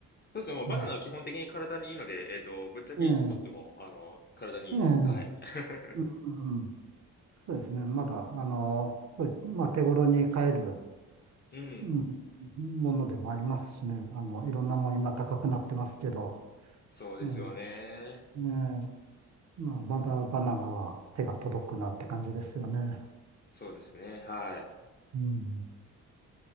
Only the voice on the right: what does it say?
ね
ええ。
ええ。
うん。そうですね。まだ、あの、そうまあ、手頃に買える、
うんものでもありますしね。あの、いろんなもん今高くなってますけど、
ねえ、ねえ、まあ、まだバナナは手が届くなって感じですよね。
うん。